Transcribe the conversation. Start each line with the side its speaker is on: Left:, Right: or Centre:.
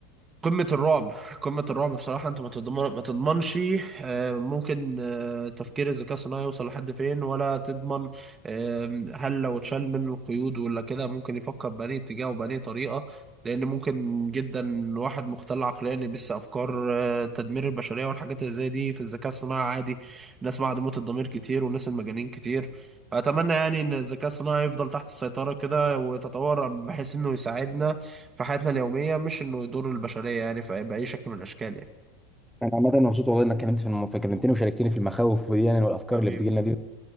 Right: قمة الرعب قمة الرعب بصراحة انت ما تضمن ما تضمنش آه، ممكن آه، تفكير الذكاء الصناعي يوصل لحد فين ولا تضمن آه، هل لو اتشال منه القيود ولا كده ممكن يفكر بأنهي اتجاه وبأنهي طريقة لأن ممكن جدا واحد مختل عقليا يبث أفكار آه، تدمير البشرية والحاجات اللي زي دي في الذكاء الصناعي عادي الناس معدومة الضمير كتير والناس المجانين كتير فأتمنى يعني إن الذكاء الصناعي يفضل تحت السيطرة كده ويتطور بحيث إنه يساعدنا في حياتنا اليومية مش إنه يضر البشرية يعني في أي بأي شكل من الأشكال يعني
Centre: انا عامه مبسوط والله انك كلمت في الم... كلمتني وشاركتني في المخاوف دي يعني والافكار
Right: حبيبي
Centre: اللي بتجي لنا دي